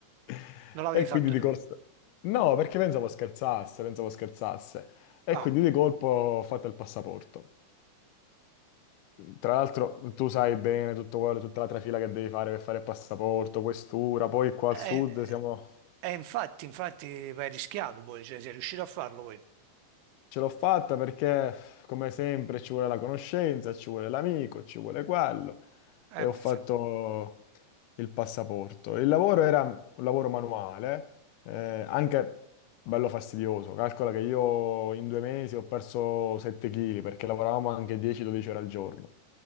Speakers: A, on the left; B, on the right.
A: <laughs>
B: Non l'avevi
A: E
B: fatto
A: quindi di
B: tu?
A: corsa... No, perché pensavo scherzasse, pensavo scherzasse. E
B: Ah,
A: quindi di colpo ho fatto il passaporto. Tra l'altro tu sai bene tutto quello, tutta la trafila che devi fare per fare il passaporto, questura, poi qua
B: e,
A: al sud siamo...
B: e infatti, infatti, beh, hai rischiato poi, cioè sei riuscito a farlo poi.
A: Ce l'ho fatta perché, come sempre, ci vuole la conoscenza, ci vuole l'amico, ci vuole quello.
B: Eh
A: E ho
B: beh,
A: fatto
B: sì.
A: il passaporto. Il lavoro era un lavoro manuale, eh, anche bello fastidioso. Calcola che io in due mesi ho perso 7 kg perché lavoravamo anche 10-12 ore al giorno.